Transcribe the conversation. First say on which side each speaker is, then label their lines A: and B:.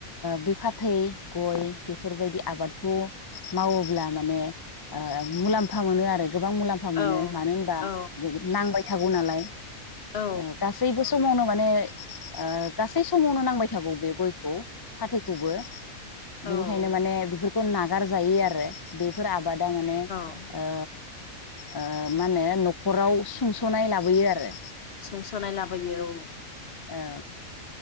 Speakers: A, on the left; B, on the left.
A: बे फाथै गय बेफोरबायदि आबादखौ मावोब्ला माने मुलाम्फा मोनो आरो गोबां मुलाम्फा मोनो
B: औ
A: मानो होनबा
B: औ
A: नांबाय थाग बनालाय
B: औ
A: ओ गासैबो समावनो माने ओ गासै समावनो नांबाय थागौ बे गयखौ फाथैखौबो। बिनिखायनो
B: औ
A: माने बि खौ नागार जायै आरो बेफोर आब बादा माने
B: औ
A: ओ ओ मा होनो न'खराव सुंस'नाय लाबोयो आरो।
B: सोंस'नाय लाबोयो औ।
A: औ